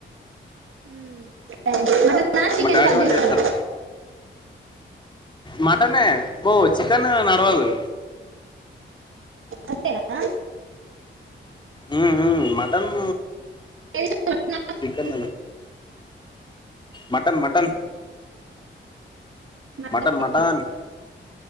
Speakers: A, on the right; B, on the left.
A: హుమ్ మట్టన్ నా చికెన్
B: మా డాడీ
A: కట్
B: వాళ్ళు
A: చేస్తార.
B: చేస్తారు మటనే పో చికెన్ నడవాదు.
A: అంతేనా
B: ఉమ్ ఉమ్ మటన్
A: ఏది, <unintelligible> నర్,
B: చికెన్
A: న్
B: mutton, mutton
A: chicken
B: mutton, mutton